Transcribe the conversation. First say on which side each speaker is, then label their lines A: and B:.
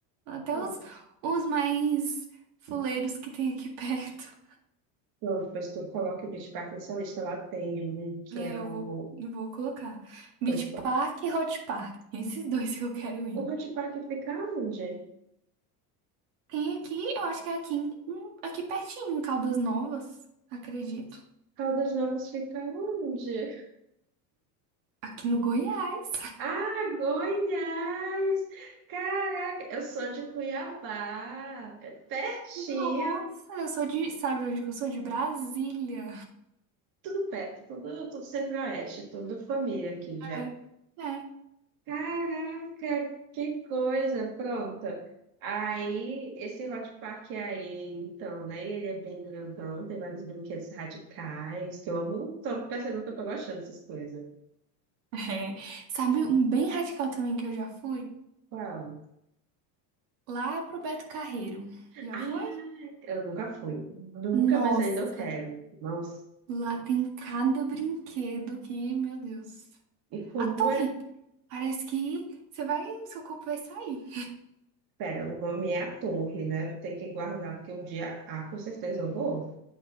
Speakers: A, on the right; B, on the right.
A: Até
B: Pronto,
A: os, os mais fuleiros que tem aqui <laughs> perto.
B: Pronto, depois tu coloca o Beach Park na sua lista. Lá tem um que
A: É,
B: é
A: eu
B: o...
A: vou, eu vou colocar. Beach
B: Pois, qual?
A: Park e Hot Park. Esses dois que eu quero ir.
B: O Hot Park fica onde?
A: Tem aqui, eu acho que é aqui, em- em- aqui pertinho, em Caldas Novas, acredito.
B: Caldas Novas fica onde?
A: Aqui no Goiás.
B: Ah, Goiás! Caraca, eu sou de Cuiabá. É pertinho.
A: Nossa, eu sou de. Sabe onde que eu sou? De Brasília.
B: tudo perto, tudo, tudo centro-oeste, tudo família aqui já.
A: É. É.
B: Caraca, que coisa, pronta. Aí, esse Hot Park é aí, então, né? Ele é bem grandão, tem vários brinquedos radicais, que eu amo. Tô percebendo que eu tô gostando dessas coisas.
A: É. Sabe um bem radical também que eu já fui?
B: Qual?
A: Lá pro Beto Carreiro. Já
B: Ah,
A: foi?
B: eu nunca fui. Nunca,
A: Nossa,
B: mas ainda eu quero. Nossa.
A: lá tem cada brinquedo que, meu Deus.
B: E como
A: A torre.
B: é?
A: Parece que você vai, seu corpo vai sair.
B: Pera, o nome é a Torre, né? Tem que guardar, porque um dia, ah, com certeza eu vou.